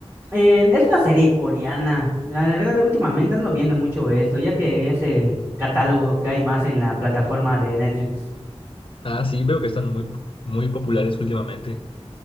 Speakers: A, on the right; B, on the left.
A: Eh, es una serie coreana, la verdad últimamente ando viendo mucho esto, ya que es el catálogo que hay más en la plataforma de Netflix.
B: Ah, sí, veo que están muy, muy populares últimamente.